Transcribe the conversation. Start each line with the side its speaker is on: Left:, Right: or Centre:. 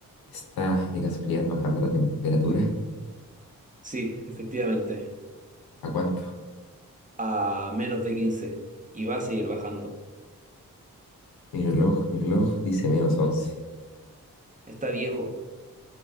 Left: Está de casualidad bajando la temperatura.
Right: Sí, efectivamente,
Left: ¿A cuánto?
Right: a menos de 15 y va a seguir bajando.
Left: Mi reloj, mi reloj dice menos 11.
Right: Está viejo,